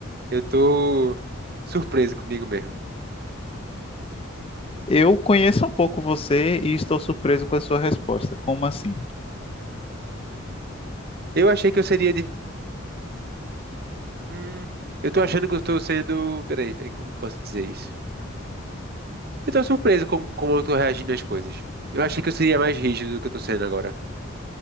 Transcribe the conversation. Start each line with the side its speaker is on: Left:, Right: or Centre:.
Right: eu tô surpreso comigo mesmo.
Left: Eu conheço um pouco você e estou surpreso com a sua resposta. Como assim?
Right: Eu achei que eu seria de. Hum, eu tô achando que eu estou sendo. Peraí, peraí, como eu posso dizer isso? Eu tô surpreso com como eu tô reagindo às coisas. Eu achei que eu seria mais rígido do que eu tô sendo agora,